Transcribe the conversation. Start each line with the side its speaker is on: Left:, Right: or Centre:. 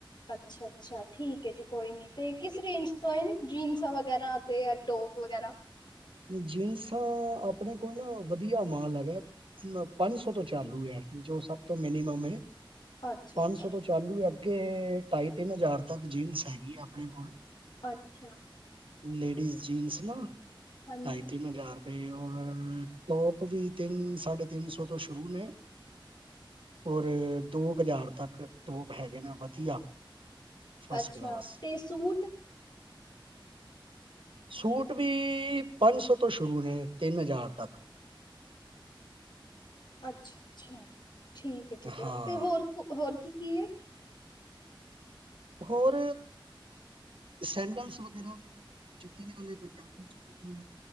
Left: ਅੱਛਾ, ਅੱਛਾ ਠੀਕ ਹੈ ਜੀ ਕੋਈ ਨੀ, ਤੇ ਕਿਸ ਰੇਂਜ ਤੋਂ ਹੇਨ ਜੀਨਸਾਂ ਵਗੈਰਾ ਅਤੇ ਟੋਪ ਵਗੈਰਾ।
Right: ਜੀਨਸਾਂ, ਆਪਣੇ ਕੋਲ ਨਾ ਵਧੀਆ ਮਾਲ ਹੈਗਾ, ਪੰਜ ਸੌ ਤੋਂ ਚਾਲੂ ਐ, ਜੋ ਸਭ ਤੋਂ ਮਿਨੀਮਮ ਐ।
Left: ਅੱਛਾ
Right: ਪੰਜ
Left: ਅੱਛਾ
Right: ਸੌ ਤੋਂ ਚਾਲੂ ਅੱਗੇ, ਢਾਈ-ਤਿੰਨ ਹਜ਼ਾਰ ਤੱਕ ਜੀਨਸ ਹੈਗੀ ਆਪਣੇ ਕੋਲ।
Left: ਅੱਛਾ।
Right: ਲੇਡੀਜ਼ ਜੀਨਸ ਨਾ,
Left: ਹਾਂਜੀ
Right: ਢਾਈ-ਤਿੰਨ ਹਜ਼ਾਰ ਤੇ ਹੋਰ ਟੋਪ ਵੀ ਤਿੰਨ, ਸਾਢੇ-ਤਿੰਨ ਸੌ ਤੋਂ ਸ਼ੁਰੂ ਨੇ। ਔਰ ਦੋ ਕ ਹਜ਼ਾਰ ਤੱਕ, ਟੋਪ ਹੈਗੇ ਨੇ ਵਧੀਆ। ਫਸਟ
Left: ਅੱਛਾ।
Right: ਕਲਾਸ
Left: ਤੇ ਸੂਟ?
Right: ਸੂਟ ਵੀ, ਪੰਜ ਸੌ ਤੋਂ ਸ਼ੁਰੂ ਨੇ, ਤਿੰਨ ਹਜ਼ਾਰ ਤੱਕ।
Left: ਅੱਛਾ, ਅੱਛਾ। ਠੀਕ ਐ, ਠੀਕ ਐ।
Right: ਹਾਂ
Left: ਤੇ ਹੋਰ, ਹੋਰ ਕੀ-ਕੀ ਐ?
Right: ਹੋਰ ਸੈਂਡਲਸ ਵਗੈਰਾ ਨੇ, ਜੁੱਤੀਆਂ ਨੇ, ਪੰਜਾਬੀ ਜੁੱਤੀਆਂ।